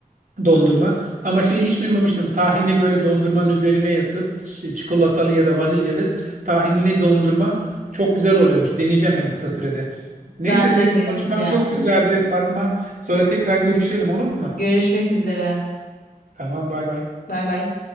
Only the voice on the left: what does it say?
Ben
de deneyeceğim.
Görüşmek üzere.
Bay bay.